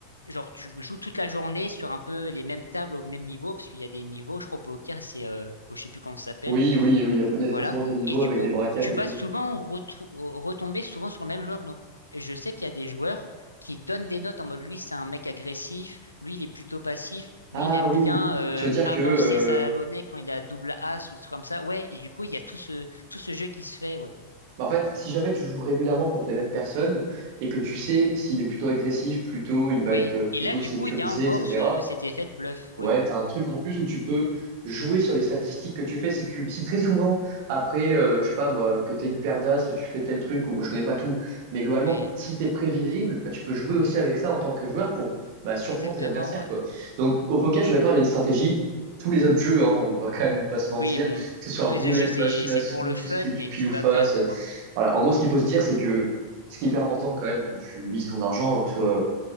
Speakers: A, on the left; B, on the right.
A: Genre, tu joues toute la journée sur un peu les mêmes tables au même niveau, parce qu'il y a des niveaux, je crois, au poker, c'est, euh, bon, je sais plus comment ça s'appelle.
B: Oui, oui, oui, il y a, il y a
A: Voilà.
B: forcément des niveaux
A: Et du
B: avec
A: coup,
B: des braquettes
A: tu
B: et
A: vas
B: tout.
A: souvent retrou- retomber souvent sur le même joueur. Donc, je sais qu'il y a des joueurs qui donnent des notes en mode, lui, c'est un mec agressif, lui, il est plutôt passif, lui,
B: Ah
A: il aime
B: oui,
A: bien euh,
B: tu veux dire
A: avancer
B: que, euh,
A: sa monnaie quand il a double as ou des trucs comme ça. Ouais, et du coup, il y a tout ce, tout ce jeu qui se fait, ouais.
B: bah, en fait, si jamais tu joues régulièrement contre les mêmes personnes et que tu sais s'il est plutôt agressif, plutôt, il va
A: Oui.
B: être euh, plutôt
A: Et là, du
B: sécurisé,
A: coup, il y a encore
B: etc.
A: ce, cet effet de bluff,
B: Ouais,
A: ouais.
B: t'as un truc en plus où tu peux jouer sur les statistiques que tu fais. Si tu, si très souvent, après, euh, je sais pas moi, que t'es une paire d'as, tu fais tel truc, ou bon, je connais pas tout, mais globalement,
A: Oui,
B: si t'es prévisible, bah, tu peux jouer aussi avec ça en tant que joueur pour bah, surprendre
A: exactement,
B: tes adversaires,
A: ouais.
B: quoi. Donc, au poker, je suis d'accord, il y a une stratégie. Tous les autres jeux, hein, on ne va quand même pas se mentir,
A: Oui, bon,
B: que ce soit
A: tous
B: roulette,
A: les jeux, c'est
B: machine
A: c'est
B: à sous,
A: pour le
B: tout
A: fun,
B: ce qui
A: mais
B: est du pile
A: tu
B: ou
A: vas
B: face.
A: perdre,
B: euh,
A: quoi.
B: Voilà. En gros, ce qu'il faut se dire, c'est que ce qui est hyper important quand même quand tu mises ton argent, que ce soit